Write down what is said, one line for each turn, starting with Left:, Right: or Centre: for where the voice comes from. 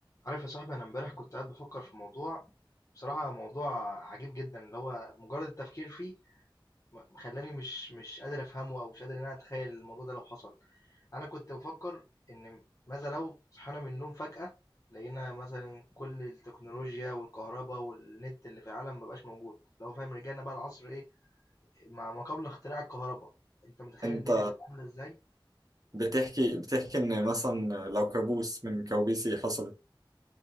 Left: عارف يا صاحبي انا امبارح كنت قاعد بفكر في موضوع بصراحة موضوع عجيب جدا اللي هو مجرد التفكير فيه م- خلاني مش مش قادر افهمه او مش قادر ان انا اتخيل الموضوع ده لو حصل انا كنت بفكر ان ماذا لو صحينا من النوم فجأة لقينا مثلا كل التكنولوجيا والكهرباء والنت اللي في العالم مبقاش موجود لو فاهم رجعنا بقى العصر ايه ما ما قبل اختراع الكهرباء انت متخيل
Right: انت
Left: الدنيا هتبقى عاملة ازاي
Right: بتحكي بتحكي ان مثلا لو كابوس من كوابيسي حصلت